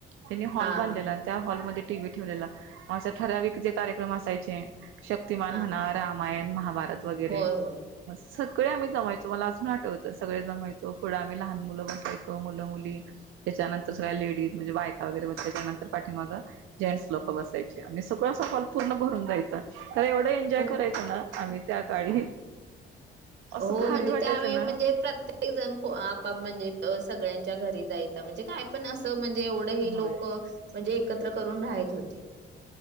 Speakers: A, on the right (about 85°); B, on the right (about 60°).
A: त्यांनी हॉल
B: हा
A: बांधलेला.
B: हा
A: आणि त्या हॉलमध्ये टीव्ही ठेवलेला म असा ठराविक जे कार्यक्रम असायचे शक्तिमान
B: हा
A: म्हणा. रामायण, महाभारत वगैरे
B: होय होय
A: सगळे आम्ही जमायचो मला अजून आठवतं सगळे जमायचो. पुढं आम्ही लहान मुलं बसायचो. मुलं मुली त्याच्यानंतर सगळ्या लेडीज म्हणजे बायका वगैरे मग त्याच्यांतर पाठींमागं जेंन्टस लोक बसायचे. आणि सगळं असं हाॅल पूर्ण भरून जायचा खर एवढं एन्जॉय
B: खूप
A: करायचो ना आम्ही त्या काळी असं
B: हो
A: भारी
B: म्हणजे
A: वाटायचं
B: त्यावेळी
A: ना
B: म्हणजे प्रत्ये जण आपाप म्हणजे सगळ्यांच्या घरी जायचा म्हणजे काय पण अस म्हणजे एव एवढं हे
A: होय
B: लोकं म्हणजे एकत्र करून राहित होते